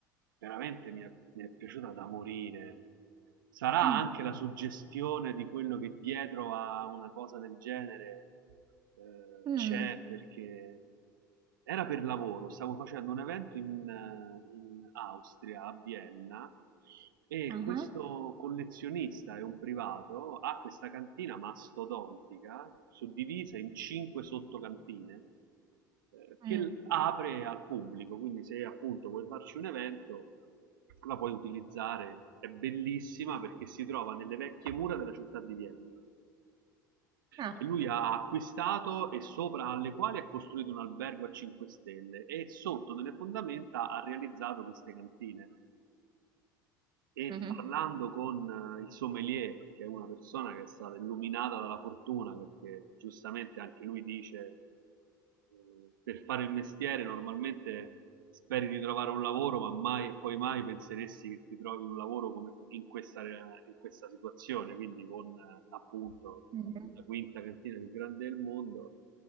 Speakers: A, on the right; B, on the right.
A: veramente mi è, mi è piaciuta da morire. Sarà
B: Mm,
A: anche la suggestione di quello che dietro a una cosa del genere eh,
B: mm,
A: c'è, perché era per lavoro, stavo facendo un evento in, eh, in Austria, a Vienna, e
B: aha,
A: questo collezionista è un privato, ha questa cantina mastodontica, suddivisa in cinque sottocantine, eh, che
B: mm.
A: l- apre al pubblico, quindi se appunto vuoi farci un evento, la puoi utilizzare, è bellissima perché si trova nelle vecchie mura della città di Vienna
B: Ah,
A: che lui ha acquistato e sopra alle quali ha costruito un albergo a 5 stelle e sotto nelle fondamenta ha realizzato queste cantine. E
B: mhm,
A: parlando con eh, il sommelier, che è una persona che è stata illuminata dalla fortuna, perché giustamente anche lui dice, eh, per fare il mestiere normalmente speri di trovare un lavoro, ma mai e poi mai penseresti che ti trovi un lavoro come in questa, in questa situazione, quindi con eh, appunto
B: mhm,
A: la quinta cantina più grande del mondo.